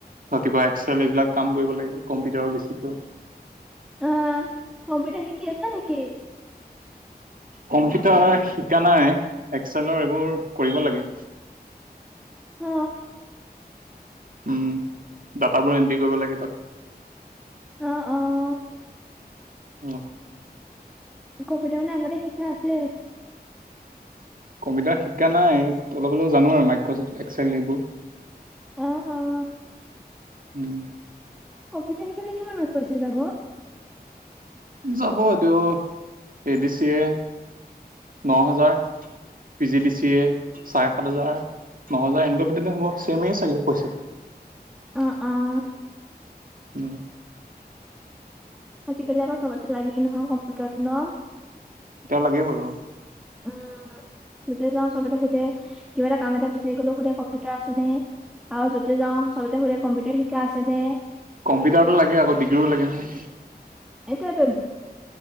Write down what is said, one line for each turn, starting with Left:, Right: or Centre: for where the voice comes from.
Right: ৰাতিপুৱা এক্সেল এইবিলাক কাম কৰিব লাগে। কম্পিউটাৰো বেছিকৈ
Centre: অ, কম্পিউটাৰ শিকি আছা নেকি?
Right: কম্পিউটাৰ শিকা নাই। এক্সেলৰ এইবোৰ কৰিব লাগে।
Centre: অ।
Right: উম, ডাটাবোৰ এন্ট্ৰি কৰিব লাগে তাত।
Centre: অ, অ।
Right: অ।
Centre: কম্পিউটাৰ মানে আগতে শিকা আছে?
Right: কম্পিউটাৰত শিকা নাই অলপ অলপ জানো আৰু মাইক্ৰচফ্ট এক্সেল এইবোৰ।
Centre: অ', অ',
Right: উম।
Centre: কম্পিউটাৰ শিকিলে কিমানমান পইচা যাব?
Right: যাব যদি এ ডি চিয়ে ন হাজাৰ। P G D C A চাৰে সাত হাজাৰ। ন হাজাৰ এনেকুৱা ভিতৰতে হ'ব ছেমেই চাগে পইচাটো।
Centre: অ', অ',
Right: উম
Centre: আজিকালি আকৌ চবতে লাগেই নহয় কম্পিউটাৰটো ন?
Right: এতিয়া লাগেই বাৰু অহ।
Centre: উম, যতে যাও চবতে সুধে। কিবা এটা কাম এটা বিচাৰি গলো সুধে কম্পিউটাৰ আছে নে? আৰু য'তে যাওঁ চব হলে কম্পিউটাৰ শিকা আছে নে?
Right: কম্পিউটাৰটো লাগে আকৌ ডিগ্ৰীও লাগে নহয়
Centre: এটোৱেটো